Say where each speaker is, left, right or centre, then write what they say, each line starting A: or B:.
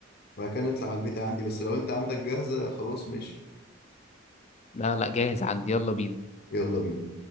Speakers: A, on the left; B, on the left.
A: وبعد كده نطلع على البيت عندي بس لو انت عندك جاهزة خلاص ماشي
B: لا لا جاهز عندي يلا بينا
A: يلا بينا